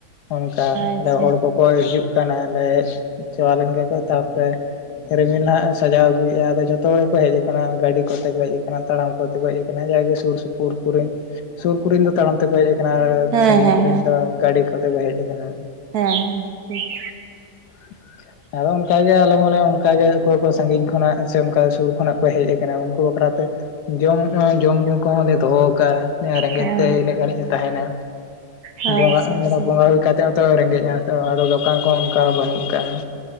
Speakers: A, on the left; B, on the right.
A: ᱚᱱᱠᱟ
B: ᱟᱪᱪᱷᱟ
A: ᱟᱨᱚ ᱦᱚᱲ ᱠᱚ ᱠᱚᱭ ᱦᱤᱡᱩᱜ ᱠᱟᱱᱟ ᱞᱮ ᱪᱟᱵᱟ ᱞᱮᱱ ᱜᱮᱠᱚ ᱛᱟᱯᱚᱨᱮ ᱨᱤᱢᱤᱞ ᱱᱟᱦᱟᱜ ᱥᱟᱡᱟᱣ ᱟᱹᱜᱩᱭᱮᱫᱼᱟ ᱟᱫᱚ ᱡᱚᱛᱚ ᱦᱚᱲ ᱠᱚ ᱦᱮᱡ ᱟᱠᱟᱱᱟ ᱜᱟᱹᱰᱤ ᱠᱚᱛᱮ ᱠᱚ ᱦᱮᱡ ᱟᱠᱟᱱᱟ ᱛᱟᱲᱟᱢ ᱠᱚᱛᱮ ᱠᱚ ᱦᱮᱡ ᱟᱠᱟᱱᱟ ᱡᱟᱜᱮ ᱥᱩᱨ ᱥᱩᱯᱩᱨ ᱥᱩᱯᱩᱨ ᱠᱚᱨᱮᱱ ᱥᱩᱨ ᱠᱚᱨᱮᱱ ᱫᱚ ᱛᱟᱲᱟᱢ ᱛᱮᱠᱚ ᱦᱮᱡ ᱚᱱᱟ
B: ᱦᱮᱸ
A: ᱥᱟᱹᱜᱤᱧ
B: ᱦᱮᱸ ᱦᱮᱸ
A: ᱠᱚᱨᱮᱱ ᱫᱚ ᱜᱟᱹᱰᱤ ᱠᱚᱛᱮ ᱠᱚ ᱦᱮᱡ ᱟᱠᱟᱱᱟ
B: ᱦᱮᱸ ᱦᱮᱸ ᱴᱷᱤᱠ
A: <inaudible> ᱟᱫᱚ ᱚᱱᱠᱟᱜᱮ ᱟᱞᱮ ᱦᱚᱸᱞᱮ ᱚᱱᱠᱟᱜᱮ ᱚᱠᱚᱭ ᱠᱚ ᱥᱟᱺᱜᱤᱧ ᱠᱷᱚᱱᱟᱜ ᱥᱮ ᱚᱱᱠᱟ ᱥᱩᱨ ᱠᱷᱚᱱᱟᱜ ᱠᱚ ᱦᱮᱡ ᱟᱠᱟᱱᱟ ᱩᱱᱠᱩ ᱵᱟᱠᱷᱨᱟᱛᱮ ᱡᱚᱢ ᱡᱚᱢ ᱧᱩᱩ ᱠᱚᱦᱚᱸ ᱞᱮ ᱫᱚᱦᱚ ᱠᱟᱜᱼᱟ ᱡᱟᱦᱟᱭ ᱨᱮᱸᱜᱮᱡ
B: ᱦᱮᱸ
A: ᱛᱮ ᱤᱱᱟᱹᱜ ᱜᱷᱟᱹᱲᱤᱡ ᱮ ᱛᱟᱦᱮᱱᱟ
B: ᱟᱪᱪᱷᱟ
A: ᱵᱚᱸᱜᱟ
B: ᱟᱪᱪᱷᱟ
A: ᱵᱚᱸᱜᱟ ᱦᱩᱭ ᱠᱟᱛᱮᱫ ᱦᱚᱸ ᱛᱚ ᱨᱮᱸᱜᱮᱡ ᱟᱛᱚ ᱟᱫᱚ ᱫᱚᱠᱟᱱ ᱠᱚᱦᱚᱸ ᱚᱱᱠᱟ ᱵᱟᱹᱱᱩᱜ ᱟᱠᱟᱜᱼᱟ